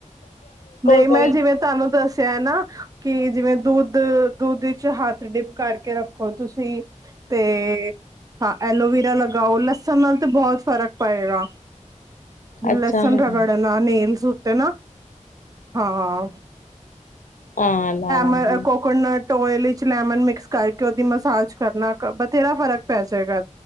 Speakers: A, on the right; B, on the left.
A: ਨਹੀਂ
B: ਕੋਈ
A: ਮੈਂ ਜਿਵੇਂ ਤੁਹਾਨੂੰ ਦੱਸ <unintelligible> ਕਿ ਜਿਵੇਂ ਦੁੱਧ, ਦੁੱਧ ਚ ਹੱਥ ਡਿੱਪ ਕਰਕੇ ਰੱਖੋ, ਤੁਸੀਂ ਤੇ ਹਾਂ ਐਲੋਵਰਾ ਲ ਪਾਉ ਲੱਸਣ ਨਾਲ ਤੇ ਬਹੁਤ ਫ਼ਰਕ, ਪਾਏਗਾ।
B: ਅੱਛਾ
A: ਲਸਨ
B: ਹਾਂ
A: ਰਗੜਨਾ ਨੀ, ਉਸ ਉਤੇ ਨਾ ਹਾਂ,
B: ਹਾਂ ਲਾਵਾਂਗੀ।
A: ਮੈ ਕੋਕੋਨਟ, ਟੋਈਲੀ, ਲੈਮਨ ਮਿਕਸ ਕਰਕੇ ਉਹਦੀ ਮਸਾਜ ਕਰਨਾ ਬਥੇਰਾ ਫਰਕ, ਪੈਜੇਗਾ।